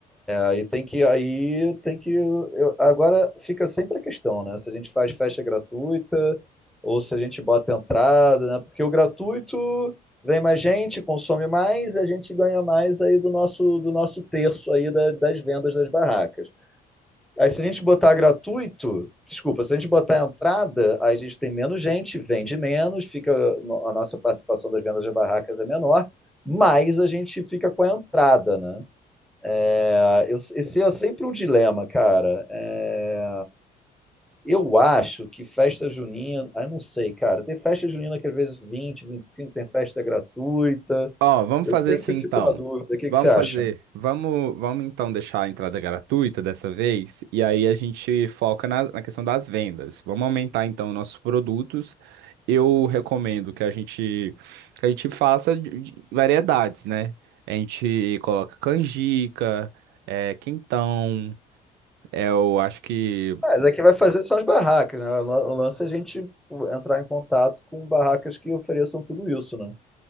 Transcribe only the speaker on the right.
Ó, vamos
fazer
assim
então.
Vamos
fazer. Vamos, vamos então deixar a entrada gratuita dessa vez. E aí a gente foca na, na questão das vendas. Vamos aumentar então nossos produtos. Eu recomendo que a gente, que a gente faça de- de variedades, né? A gente coloca canjica, é, quentão. é, eu acho que.